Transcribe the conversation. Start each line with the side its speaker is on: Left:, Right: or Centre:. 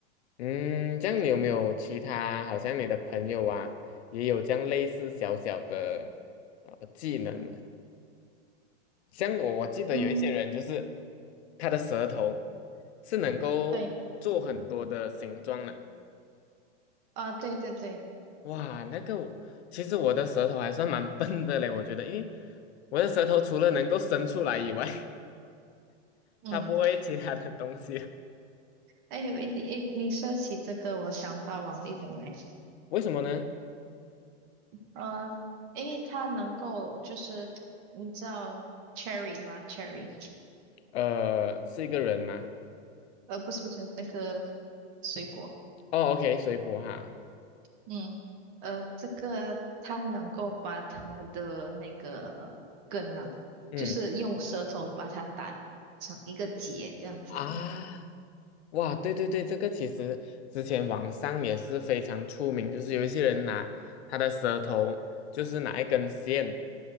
Left: 嗯，这样你有没有其他，好像你的朋友啊，也有这样类似小小的呃技能嘛？像我，我记得有一些人就是
Right: 嗯
Left: 他的舌头是能够做很多的形状的。
Right: 对啊，对对对，
Left: 哇，那个我其实我的舌头还算蛮笨的嘞，我觉得，因为我的舌头除了能够伸出来以外，<laughs>
Right: 嗯。
Left: 它不会其他的东西。
Right: 哎，有一点，哎，你说起这个，我想到王力宏哎，
Left: 为什么呢？
Right: 呃，因为他能够就是你知道 cherry 吗？cherry，
Left: 呃，是一个人吗？
Right: 呃，不是不是那个水果，
Left: 哦，OK，水果哈，
Right: 嗯，呃，这个他能够把他的那个根啊，
Left: 嗯
Right: 就是用舌头把它打成一个结这样子。
Left: 啊，哇，对对对，这个其实之前网上也是非常出名，就是有一些人拿他的舌头，就是拿一根线